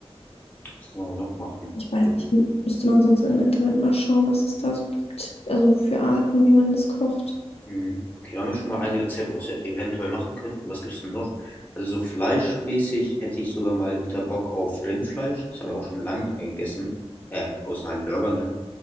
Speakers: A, on the left (about 15°); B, on the left (about 70°).
A: was kann man da noch machen?
B: Ich
A: Also,
B: weiß nicht, müsste man sonst im Internet mal schauen, was es da so gibt. Also für Arten, wie man das kocht.
A: hm, okay, da haben wir schon mal ein Rezept, was wir eventuell machen könnten. Was gibt's denn noch? Also so fleischmäßig hätte ich sogar mal wieder Bock auf Rindfleisch. Das habe ich auch schon lange nicht mehr gegessen. Äh, außer halt Burger, ne?